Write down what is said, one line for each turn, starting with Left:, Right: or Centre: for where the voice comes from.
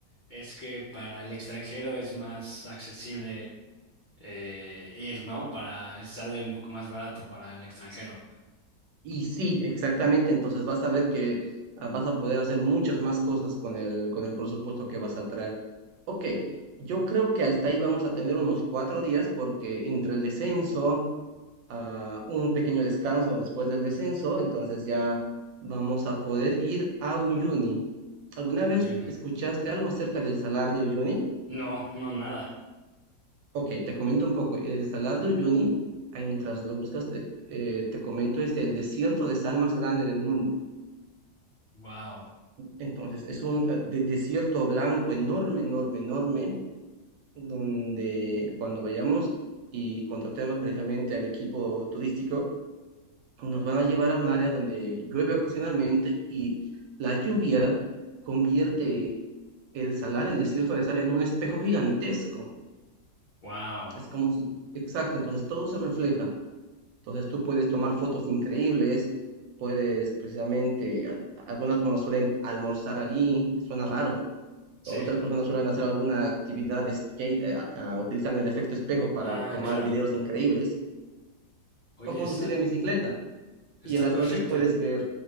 Left: es que para el extranjero es más accesible eh, ir, ¿no? Para, sale un poco más barato para el extranjero.
Right: Y sí, exactamente, entonces vas a ver que ah, vas a poder hacer muchas más cosas con el, con el presupuesto que vas a traer. Ok, yo creo que hasta ahí vamos a tener unos cuatro días porque entre el descenso, ah, un pequeño descanso después del descenso, entonces ya vamos a poder ir a Uyuni. ¿Alguna
Left: Uy,
Right: vez
Left: yo no,
Right: escuchaste algo acerca del salar de Uyuni?
Left: no, no, nada.
Right: Ok, te comento un poco. El salar de Uyuni, ahí mientras lo buscas, te, eh, te comento, es el desierto de sal más grande del mundo.
Left: Wow.
Right: Entonces, es un eh, de- desierto blanco enorme, enorme, enorme, donde cuando vayamos y contratemos precisamente al equipo turístico, nos van a llevar a un área donde llueve ocasionalmente y la lluvia convierte el salar, el desierto de sal, en un espejo gigantesco
Left: Wow.
Right: Es como si, exacto, entonces todo se refleja. Entonces tú puedes tomar fotos increíbles, puedes precisamente, al- algunas personas suelen almorzar allí, suena raro.
Left: Sí.
Right: Otras personas suelen hacer alguna actividad de skate eh, a- utilizando el efecto espejo para
Left: Ah,
Right: tomar
Left: claro.
Right: videos increíbles
Left: Oye,
Right: o conducir
Left: esa-
Right: en bicicleta.
Left: Está
Right: Y en las
Left: perfecto.
Right: noches puedes ver